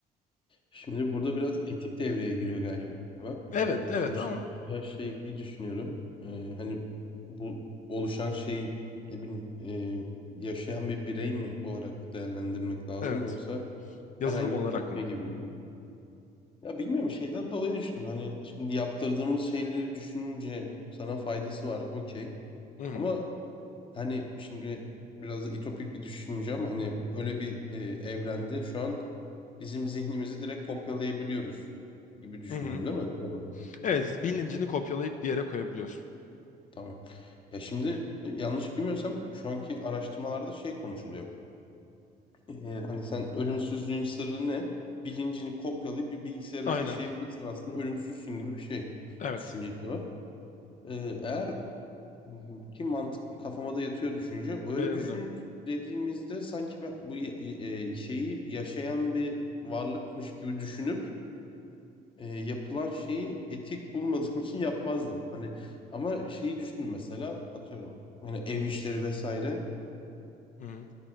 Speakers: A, on the left; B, on the left.
A: Şimdi burada biraz etik devreye giriyor galiba.
B: Evet,
A: Ee,
B: evet
A: sonuçta
B: ama
A: ya şeyi düşünüyorum. Ee, hani bu oluşan şey ne bileyim e, yaşayan bir birey mi olarak değerlendirmek lazım
B: evet.
A: yoksa
B: Yazılım
A: herhangi
B: olarak
A: bir kopya
B: mı?
A: gibi mi? Ya bilmiyorum şeyden dolayı düşündüm. Hani şimdi yaptırdığımız şeyleri düşününce sana faydası var. Okey.
B: Hı hı.
A: Ama Hani şimdi biraz da ütopik bir düşünce ama hani öyle bir e, evrende şu an bizim zihnimizi direkt kopyalayabiliyoruz gibi düşünüyorum
B: Hı hı.
A: değil mi? Doğru.
B: Evet, bilincini kopyalayıp bir yere koyabiliyorsun.
A: Tamam. Ya şimdi yanlış bilmiyorsam şu anki araştırmalarda şey konuşuluyor. E, hani sen ölümsüzlüğün sırrı ne? Bilincini kopyalayıp bir bilgisayara
B: Aynen.
A: taşıyabilirsin aslında ölümsüzsün gibi bir şey
B: Evet.
A: düşüncesi var. E, eğer Hı hı. Ki mantıklı kafama da yatıyor düşünce. Öyle
B: Benim
A: düşünün
B: de.
A: dediğimizde sanki ben bu ye- e, şeyi yaşayan bir varlıkmış gibi düşünüp e, yapılan şeyi etik bulmadığım <laughs> için yapmazdım. Hani ama şeyi düşündüm mesela atıyorum hani ev işleri vesaire.
B: Hı hı.